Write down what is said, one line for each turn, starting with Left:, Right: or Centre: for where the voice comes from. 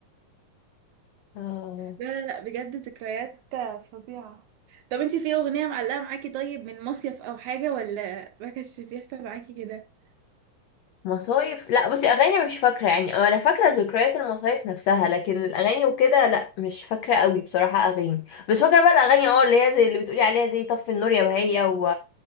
Left: آه،
Right: لا لا لا بجد ذكريات فظيعة طب انتي في أغنية معلقة معاكي طيب من مصيف أو حاجة ولا ما كانش بيحصل معاكي كده؟
Left: مصايف لا بصي اغاني مش فاكرة يعني انا فاكرة ذكريات المصايف نفسها لكن الاغاني وكده لا مش فاكرة قوي بصراحة اغاني بس فاكرة بقى الاغاني اه اللي هي زي اللي بتقولي عليها دي طف النور يا بهية و...